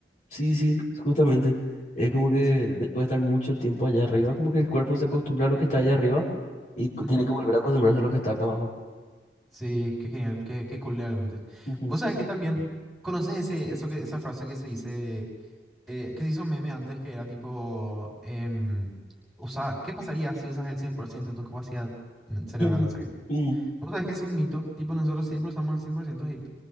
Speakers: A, on the left (about 45°); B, in the centre.
A: sí, sí, justamente. Es como que
B: Sí.
A: después de estar mucho tiempo allá arriba, como que el cuerpo se acostumbra a lo que está allá arriba y cu-
B: Ujú.
A: tiene que volver a acostumbrarse a lo que está acá abajo.
B: Sí, qué genial, qué, qué cool realmente.
A: Ujú.
B: Vos sabés que también conoces ese, eso que, esa frase que se dice, eh, que se hizo meme antes que era tipo, em, usa, ¿qué pasaría si usas el 100% de tu capacidad
A: <laughs>
B: cerebral? No sé qué.
A: Mm.
B: Vos sabés que es un mito. Tipo, nosotros siempre usamos el cien por ciento ahí.